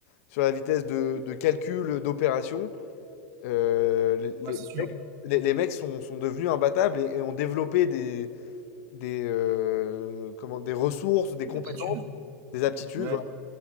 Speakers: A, on the left; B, on the right.
A: sur la vitesse de, de calcul, d'opération. Euh, les, les-
B: ouais, c'est
A: les
B: sûr.
A: mecs les- les mecs sont, sont devenus imbattables et, et ont développé des, des, euh, comment, des ressources, des compétences,
B: L'attitude,
A: des aptitudes
B: ouais,